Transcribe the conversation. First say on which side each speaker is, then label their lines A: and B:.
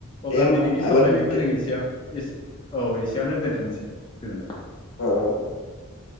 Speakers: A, on the left (about 75°); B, on the left (about 20°).
A: दे
B: अब्ला
A: होमबा
B: दिनैनि
A: माबा
B: सावरायनायखौ
A: दोनदो।
B: जों एसे एस औ एसेयावनो दोनथ'नोसै गोजोनथों
A: औ औ